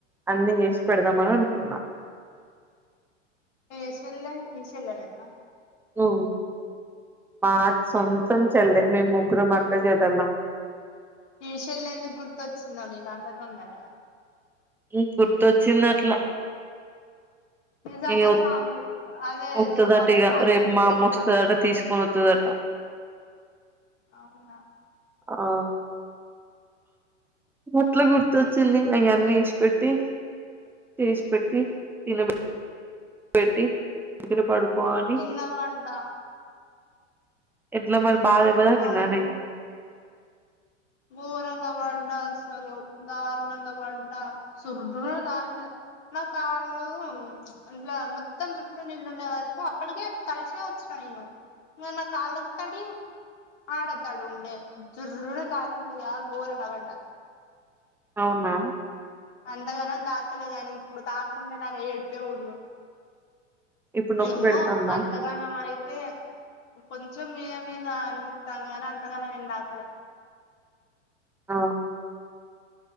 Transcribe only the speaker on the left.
ఏషెల్లె ఈచెల్లెనేనా
ఈ చెల్లి ఎందుకు గుర్తొచ్చిందో నీకు అంత తొందర
నిజంగ
సాంలు అదే
పప్పు
చారు
తోటే
తిన్నా
అవునా
కింద పడ్డా
నడుము ఘోరంగా పడ్డా అసలు దారుణంగా పడ్డా చు దాని నా కాళ్ళు అట్లా మొత్తం చుట్టూ నీళ్ళుండే వరకు అప్పటికే తడిసే వచ్చిన నేను ఇంక నా కాళ్ళకు తడి ఆడ తడి ఉండే జుర్రు న జారి ంది ఆ గోరంగ పడ్డా
అంతగానం తాకలేదు అని ఇప్పుడు తాకుంటే నాక ఏడుపే ఉండు
ఏమో
అంతగానం అయితే కొంచెం మీద మీద అనిపిస్తాంది గానీ అంతగాన నేం తాకలే